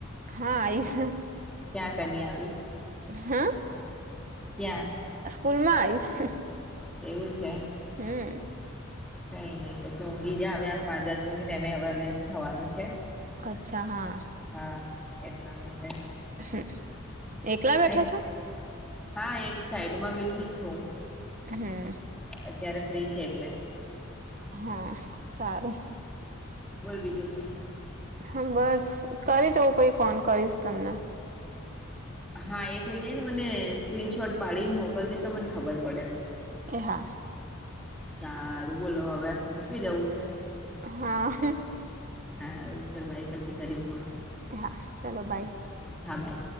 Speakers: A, on the right; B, in the centre.
A: હા, આઈસ.
B: ક્યાં કની આવીશ?
A: હા
B: ક્યાં.
A: સ્કૂલમાં આવીશ.
B: એવું છે,
A: હું.
B: કંઈ નહી પછી ઊંઘીજા હવે આ પાંચ દસ મિનિટ એમેય હવે લંચ થવાનું છે.
A: અચ્છા હા.
B: હા એટલાં માટે,
A: હું. એકલા
B: કઈ
A: બેઠા છો.
B: હા, એક સાઈડમાં બેઠી છું,
A: હું,
B: અત્યારે ફ્રી છે. એટલે
A: હા. સારું.
B: બોલ બીજુ કંઇ.
A: હા બસ. કરી જોઉં પછી ફોન કરીશ તમને.
B: હા. એ થઇ જાયને. મને સ્ક્રીનશોટ પાડીને મોકલજે તો મને ખબર પડે.
A: એહા.
B: સારું બોલો હવે મૂકી દેવું છે.
A: હા, હ.
B: હારુ ચાલ બાય. પછી કરીશ ફોન.
A: એહા, ચલો બાય.
B: હા બાય.